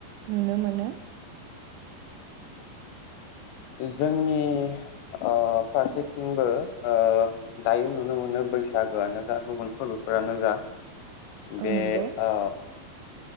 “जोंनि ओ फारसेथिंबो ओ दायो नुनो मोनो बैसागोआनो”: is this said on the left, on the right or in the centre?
Left